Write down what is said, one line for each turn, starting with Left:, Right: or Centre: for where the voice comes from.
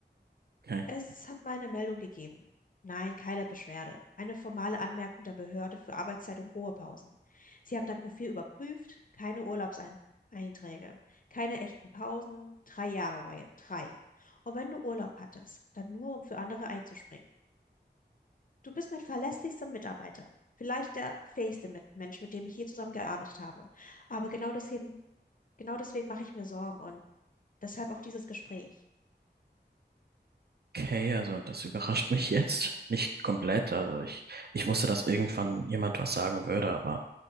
Right: Okay.
Left: Es hat mal eine Meldung gegeben. Nein, keine Beschwerde. Eine formale Anmerkung der Behörde für Arbeitszeit und Ruhepausen. Sie haben dein Profil überprüft, keine Urlaubseinträge, keine echten Pausen, drei Jahre, Wyatt, drei. Und wenn du Urlaub hattest, dann nur, um für andere einzuspringen. Du bist mein verlässlichster Mitarbeiter. Vielleicht der fähigste Mit- Mensch, mit dem ich hier zusammengearbeitet habe. Aber genau deswegen, genau deswegen mache ich mir Sorgen und deshalb auch dieses Gespräch.
Right: Okay, also das überrascht mich jetzt nicht komplett. Also ich, ich wusste, dass irgendwann jemand was sagen würde, aber